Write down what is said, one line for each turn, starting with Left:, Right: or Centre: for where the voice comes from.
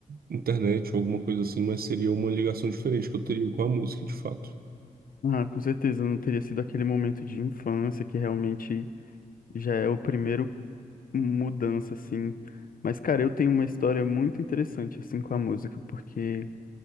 Right: internet ou alguma coisa assim, mas seria uma ligação diferente que eu teria com a música de fato.
Left: Ah, com certeza, não teria sido aquele momento de infância que realmente já é o primeiro mudança, assim. Mas, cara, eu tenho uma história muito interessante, assim, com a música, porque